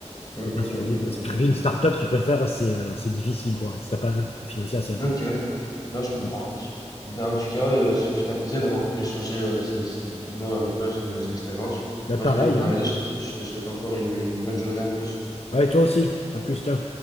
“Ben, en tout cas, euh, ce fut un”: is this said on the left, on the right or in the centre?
Left